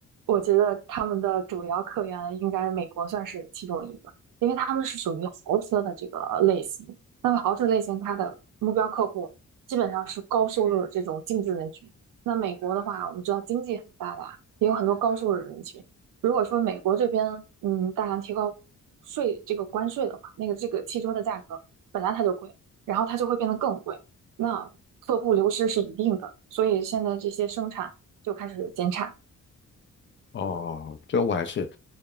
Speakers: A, on the right; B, on the left.
A: 我觉得他们的主要客源应该美国算是其中一个，因为他们是属于豪车的这个类型。那么豪车类型，它的目标客户基本上是高收入的这种精致人群。那美国的话，我们知道经济很发达，也有很多高收入人群。如果说美国这边嗯大量提高税这个关税的话，那个这个汽车的价格本来它就贵，然后它就会变得更贵，那客户流失是一定的。所以现在这些生产。就开始减产。
B: 哦，这我还是